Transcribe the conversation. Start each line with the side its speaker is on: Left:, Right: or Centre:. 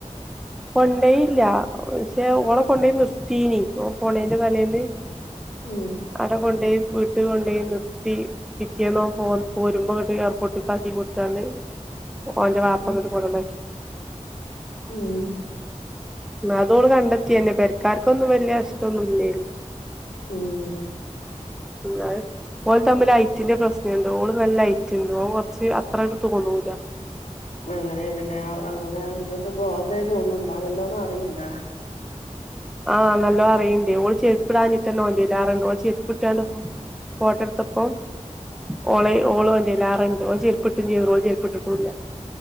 Centre: കൊണ്ടോയില്ല പക്ഷെ ഓളെ കൊണ്ടോയി നിർത്തീനി ഓൻ പൊണേന്റെ തലേന്ന്
Left: ഉം
Centre: അട കൊണ്ടേയി വീട്ട കൊണ്ടയി നിത്തി പിറ്റേന്ന് പോ പോരുമ്പോങ്ങോട്ട് എയർപോർട്ടിക് ആക്കി കൊടുത്താണ്ട് ഓന്റെ വാപ്പ
Left: ഉം
Centre: ഇങ്ങോട്ട് കൊണ്ടന്നാക്കി
Left: ഉം
Centre: ആ അതോട് കണ്ടെത്തിയന്നെ പെരക്കാാര്ക്കൊന്നും വല്ല്യ ഇഷ്ട്ടൊന്നുല്ല്യാന്ന്
Left: ഉം
Centre: പിന്ന ഓൾ തമ്മിൽ ഹൈറ്റ് ൻ്റെയും പ്രശ്നണ്ട് ഓള് നല്ല ഹൈറ്റ് ഉണ്ട് ഓൻ കൊറച്ച് അത്ര ട്ട് തോന്നൂല
Left: <inaudible> അങ്ങനെയണ്ല്ലേ അങ്ങനെ ഒന്നിട്ട് ബോതായി തോന്നണ്ടോ ന്നല്ലോണം അറിയിണ്ട
Centre: ആ നല്ലോണ്ണം അറയിണ്ട് ഓള് ചെരുപ്പിടാഞ്ഞിട്ടന്നോ വല്ലാറുണ്ട് ഓൻ ചെരിപ്പിട്ടുല്പോ ഫോട്ടടുത്തപ്പം ഓള ഓളല്ലറണ്ട് ഓൾ ചെരിപ്പിട്ടും ചെയ്ത് ഓൻ ചെരിപ്പിട്ടുല്ല്യ